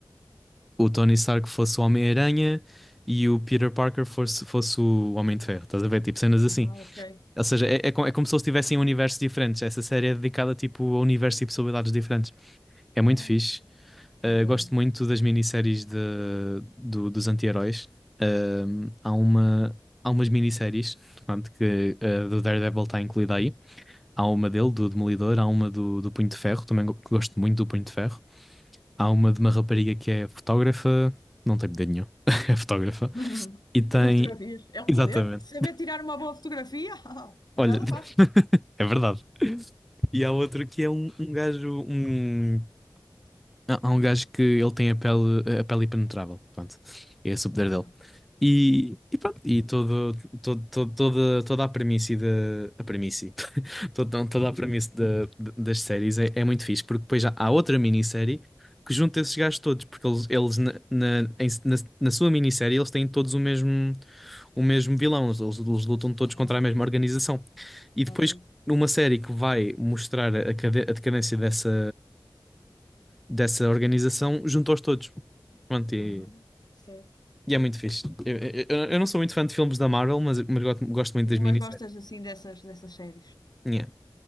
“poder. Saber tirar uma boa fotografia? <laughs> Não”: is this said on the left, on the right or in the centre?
Left